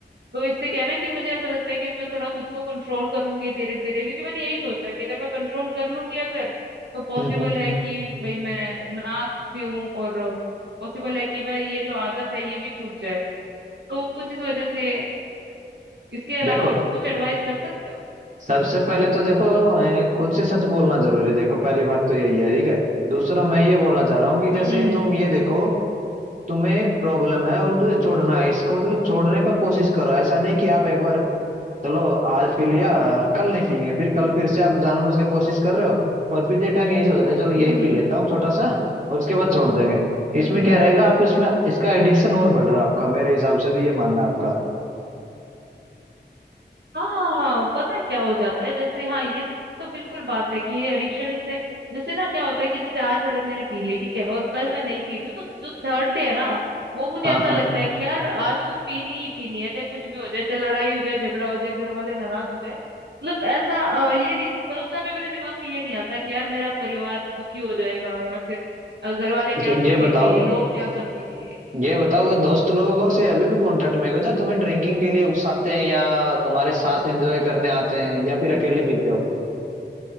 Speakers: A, on the right; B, on the right.
A: तो इससे क्या है ना कि मुझे ऐसा लगता है कि मैं थोड़ा खुद को कंट्रोल करूंगी धीरे धीरे क्योंकि मैंने यही सोचा कि अगर मैं कंट्रोल कर लूंगी अगर तो पॉसिबल
B: हम्म, हम्म।
A: है कि भाई मैं ना पीऊं और पॉसिबल है कि मैं ये जो आदत है ये भी छूट जाए तो कुछ इस वजह से इसके अलावा
B: देखो
A: तुम कुछ एडवाइस कर सकते हो
B: सबसे पहले तो देखो अ, खुद से सच बोलना जरूरी है। देखो पहली बात तो यही है ठीक है दूसरा मैं ये बोलना चाह रहा हूँ कि जैसे
A: हम्म हम्म
B: तुम ये देखो तुम्हें प्रॉब्लम है और तुझे छोड़ना है इसको मतलब छोड़ने का कोशिश करो ऐसा नहीं कि आप एक बार चलो आज पी लिया और कल नहीं पीएंगे फिर कल फिर से आप जानबूझ के कोशिश कर रहे हो और पीते टाइम यही सोच रहे हो चलो यही
A: हम्म
B: पी
A: हम्म
B: लेता हूँ छोटा सा और उसके बाद छोड़ देंगे इसमें
A: हम्म हम्म,
B: क्या
A: हम्म,
B: रहेगा आप इसमें इसका एडिक्शन और बढ़ रहा है आपका मेरे हिसाब से तो ये मानना है आपका
A: हाँ पता है क्या हो जाता है जैसे हाँ ये तो बिल्कुल बात है कि ये एडिक्शन इससे जैसे ना क्या होता है कि जैसे आज अगर मैंने पी ली ठीक है और कल मैं नहीं पी रही हूँ तो जो थर्ड डे है ना वो मुझे
B: हाँ
A: ऐसा
B: हाँ
A: लगता है कि यार आज तो पीनी ही पीनी है चाहे कुछ भी हो जाए चाहे लड़ाई हो जाए झगड़ा हो जाए घर वाले नाराज हो जाए मतलब ऐसा अ, ये नहीं पर उस टाइम पे मेरे दिमाग में ये नहीं आता कि यार मेरा परिवार दुखी हो जाएगा या फिर अ, घर वाले क्या
B: तो
A: सोचेंगे
B: ये बताओ
A: लोग क्या सोचेंगे
B: ये बताओ ये दोस्त लोगों से अभी भी कांटेक्ट में हो जो तुम्हें ड्रिंकिंग के लिए उकसाते हैं या तुम्हारे साथ एंजॉय करने आते हैं या फिर अकेले पीते हो